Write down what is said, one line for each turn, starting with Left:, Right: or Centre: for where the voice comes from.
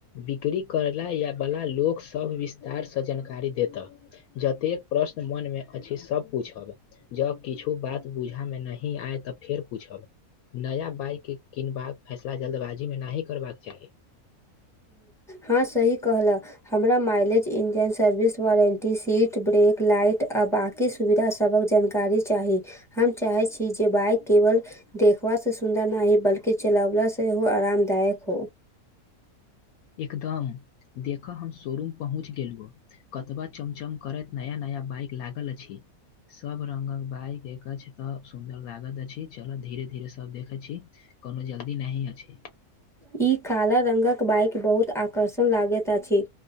Left: बिक्री करय ला या बला लोक सब विस्तारसँ जानकारी देता जतेक प्रश्न मन में अछि सब पूछब ज किछु बात बुझा में नहि आयत तऽ फेर पूछब नया बाइक किनबाक फैसला जल्दबाजी मे नहि करबाके चाह
Centre: हँ सही कहला। हमरा mileage engine service warranty seat brake light आ बाँकी सुविधा सभक जानकारी चाही हम चाहैत छी जे बाइक केवल देखबास से सुन्दर न ह बल्कि चलावला से हो आरामदायक हो
Left: एकदम देखह हम शोरूम पहुँच गेलहु कतबा चमचम करैत नया नया बाइक लागल अछि सब रंगक बाइक देख छै तऽ सुन्दर लागत अछि चलऽ धीरे धीरे सब देखे छी कोनो जल्दी नी अछि
Centre: ई काला रंगगक बाइक बहुत आकर्षण लागैत अछि